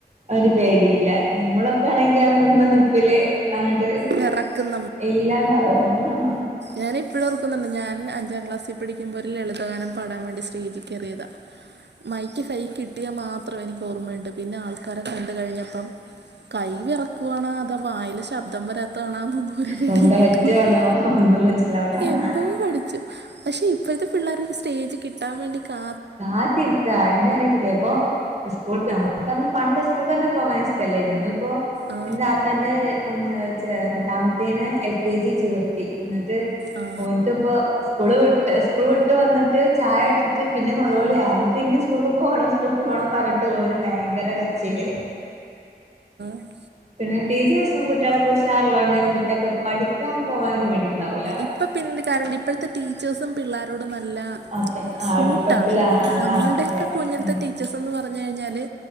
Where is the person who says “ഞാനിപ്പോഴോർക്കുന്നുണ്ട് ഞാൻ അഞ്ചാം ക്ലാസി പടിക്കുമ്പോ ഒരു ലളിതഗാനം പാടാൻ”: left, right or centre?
Right